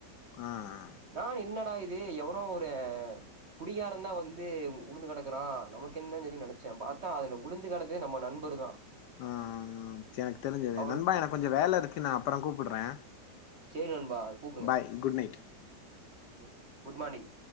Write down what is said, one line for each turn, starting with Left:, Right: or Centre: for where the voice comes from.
Left: ஆ ஆ
Right: நானு என்னடா இது எவ்னோ ஒரு குடிகார தா வந்து உ உழுந்து கடக்குறா நமக்கு என்னன்னு சொல்லி நெனச்சே பாத் தா அதுல உழுந்து கெடந்ததே நம்ம நண்பர் தா
Left: ஆ ஆ ம் சே எனக்கு தெரிஞ்சது
Right: அவரு
Left: நண்பா எனக்கு கொஞ்சோ வேலருக்கு நா அப்பறோ கூப்ட்றே
Right: செரி நண்பா கூப்புடுங்
Left: பாய் குட் நைட்
Right: ம் குட் மார்னிங்